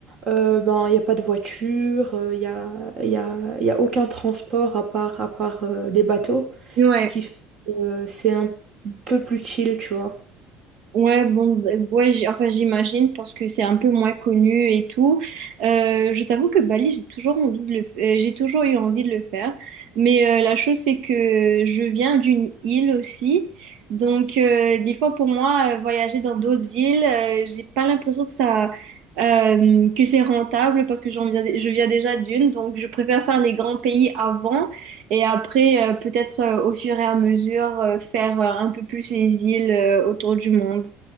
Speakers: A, on the right; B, on the right.
A: euh, ben, il n'y a pas de voiture, euh, il n'y a, y a, y a aucun transport à part, à part euh, les bateaux.
B: Ouais.
A: Ce qui fait que, euh, c'est un peu plus chill, tu vois.
B: Ouais, bon, euh, ouais, j'ai- enfin, j'imagine parce que c'est un peu moins connu et tout. Euh, je t'avoue que Bali, j'ai toujours envie de le, f- euh, j'ai toujours eu envie de le faire. Mais euh, la chose, c'est que je viens d'une île aussi. Donc, euh, des fois, pour moi, euh, voyager dans d'autres îles, euh, j'ai pas l'impression que ça, euh, que c'est rentable parce que j'en viens, je viens déjà d'une. Donc, je préfère faire les grands pays avant et après, euh, peut-être euh, au fur et à mesure, euh, faire euh, un peu plus les îles euh, autour du monde.